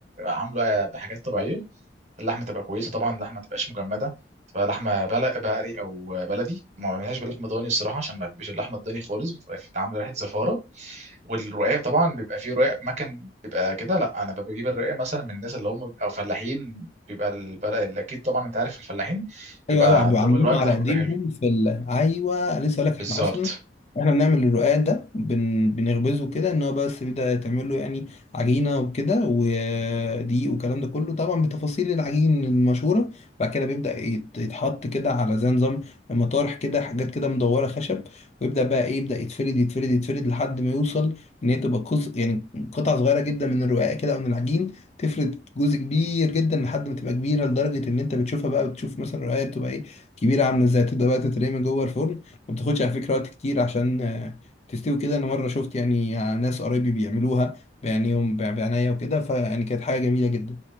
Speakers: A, on the right; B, on the left.
A: عامله بحاجات طبيعيه اللحمه تبقى كويسه طبعا اللحمه ما تبقاش مجمده تبقى لحمه بلق بقري او بلدي ما بعملهاش بلحمه ضاني الصراحه عشان ما بحبش اللحمه الضاني خالص بتبقى في- عامله ريحه زفاره والرقاق طبعا بيبقى فيه رقاق مكن بيبقى كده لا انا بجيب الرقاق مثلا من الناس اللي هم او فلاحين بيبقى البلق اكيد طبعا انت عارف الفلاحين
B: ايوه
A: بيبقى
B: ايوه بيبقوا
A: عندهم
B: عاملين
A: الرقاق
B: على
A: بتاعهم
B: ايديهم
A: بيبقى حلو
B: في ال... ايوه لسه هقول لك
A: بالظبط
B: احنا اصلا احنا بنعمل الرقاق ده بن... بنخبزه كده ان هو بس بيبدا يتعمل له يعني عجينه وكده ودقيق والكلام ده كله طبعا بتفاصيل العجين المشهوره بعد كده بيبدا يت- يتحط كده على زي نظام مطارح كده حاجات كده مدوره خشب ويبدا بقى ايه يبدا يتفرد يتفرد يتفرد لحد ما يوصل ان هي تبقى قص... يعني قطع صغيره جدا من الرقاق كده او من العجين تفرد جزء كبير جدا لحد ما تبقى كبيره لدرجه ان انت بتشوفها بقى بتشوف مثلا القرايه بتبقى ايه كبيره عامله ازاي تبدا بقى تترمي من جوه الفرن وما بتاخدش على فكره وقت كتير عشان آه، تستوي كده انا مره شفت يعني آه، ناس قرايبي بيعملوها بعينيهم بعناية وكده فيعني كانت حاجه جميله جدا